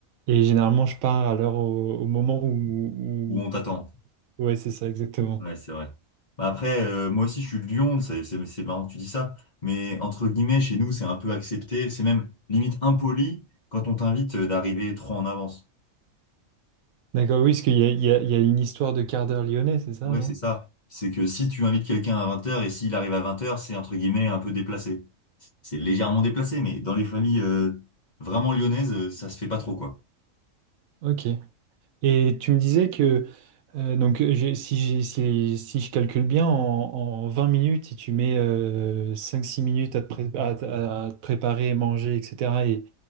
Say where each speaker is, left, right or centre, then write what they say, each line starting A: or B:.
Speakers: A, on the right; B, on the left.
A: Et généralement, je pars à l'heure au, au moment où, où-
B: Ou on t'attend.
A: Ouais, c'est ça, exactement.
B: Ouais, c'est vrai. Bah Après, euh, moi aussi, je suis de Lyon, c'est c'est- c'est marrant que tu dis ça, mais entre guillemets, chez nous, c'est un peu accepté, c'est même limite impoli quand on t'invite euh, d'arriver trop en avance.
A: D'accord, oui, parce qu'il y a, il y a il y a une histoire de quart d'heure lyonnais, c'est ça,
B: Ouais,
A: non?
B: c'est ça. C'est que si tu invites quelqu'un à vingt heures et s'il arrive à vingt heures c'est entre guillemets un peu déplacé. C'est légèrement déplacé, mais dans les familles euh, vraiment lyonnaises, euh, ça se fait pas trop, quoi.
A: Ok. Et tu me disais que, euh, donc, j'ai- si, j'ai- si, si je calcule bien, en, en 20 minutes, si tu mets euh, cinq six minutes à te, pré- à te- à te préparer, manger, etc., et,